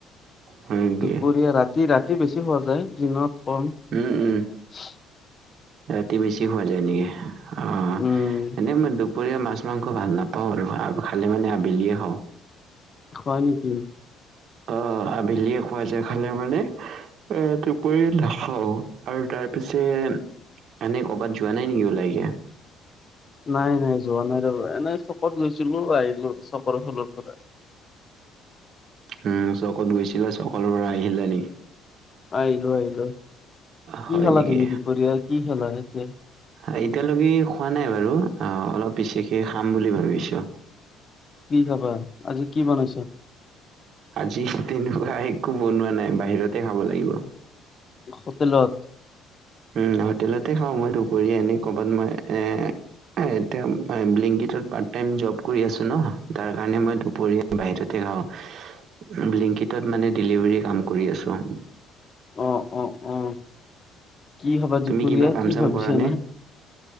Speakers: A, on the right; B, on the left.
A: হয় নেকি
B: দুপৰীয়া, ৰাতি-ৰাতি বেছি খোৱা যায়, দিনত কম।
A: উম' উম'।
B: <inaudible>
A: ৰাতি বেছি শুৱা যায় নেকি? অ'
B: উম
A: এনে মই দুপৰীয়া মাছ-মাংস ভাল নাপাওঁ আৰু খালে মানে আবেলিয়ে খাওঁ।
B: খোৱা নেকি?
A: অ' আবেলিয়ে খোৱা যায় খালে মানে এ দুপৰিয়া নাখাওঁ আৰু তাৰ পিছে এনেই ক'ৰবাত যোৱা নাই নেকি ওলাইগে।
B: নাই নাই যোৱা নাই ৰ'বা। এনেই চকত গৈছিলোঁ আহিলো চকৰ ফালৰ পৰা।
A: উম চকত গৈছিলা। চকৰ পৰা আহিলা নেকি?
B: আহিলোঁ আহিলোঁ আহিলোঁ।
A: হয়
B: কি খালা
A: নেকি
B: তুমি? দুপৰীয়া কি খালা এতে?
A: আ এতিয়ালৈকে খোৱা নাই বাৰু, আ অলপ পিছেকে খাম বুলি ভাবিছোঁ।
B: কি খাবা? আজি কি বনাইছা?
A: আজি তেনেকুৱা একো বনোৱা নাই বাহিৰতে খাব লাগিব।
B: হোটেলত?
A: উম হোটেলতে খাওঁ মই দুপৰীয়া আনি ক'বাত মই এ এ এতিয়া বিলিংকিতত পাৰ্ট টাইম জব কৰি আছোঁ ন, তাৰ কাৰণে মই দুপৰীয়া বাহিৰতে খাওঁ। বিলিংকিতত মানে ডেলিভাৰী কাম কৰি আছোঁ।
B: অ অ অ কি খাবা
A: তুমি
B: দুুপুৰীয়া
A: কিবা কাম
B: কি
A: চাম
B: ভাবিছা
A: কৰা নে
B: নাই?